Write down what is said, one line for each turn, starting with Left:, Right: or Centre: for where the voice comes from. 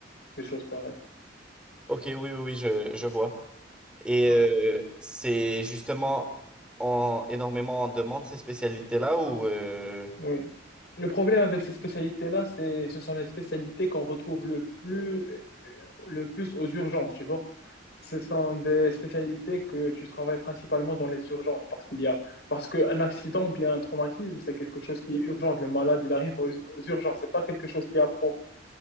Left: des choses pareilles.
Centre: Ok, oui, oui, oui, je, je vois. Et
Left: Ouais.
Centre: euh, c'est justement en, énormément en demande ces spécialités-là ou euh,
Left: Oui. Le problème avec ces spécialités-là, c'est, ce sont les spécialités qu'on retrouve le plus, le plus aux urgences, tu vois. Ce sont des spécialités que tu travailles principalement dans les urgences parce qu'il y a, parce qu'un accident ou bien un traumatisme, c'est quelque chose qui est urgent. Le malade, il arrive aux, aux urgences. C'est pas quelque chose qui est à pro.